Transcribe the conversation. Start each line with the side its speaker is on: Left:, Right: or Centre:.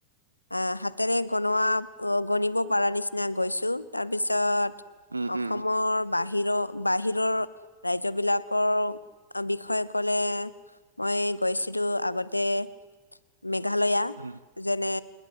Left: আহ হাতেৰে গনোৱা অ গনিব পাৰা নিচিনা গৈছো তাৰ পিছত
Right: উম, উম,
Left: অসমৰ বাহিৰ বাহিৰৰ ৰাজ্যবিলাকৰ অ বিষয়ে কলে মই গৈছিলো আগতে মেঘালয়া
Right: উম,
Left: যেনে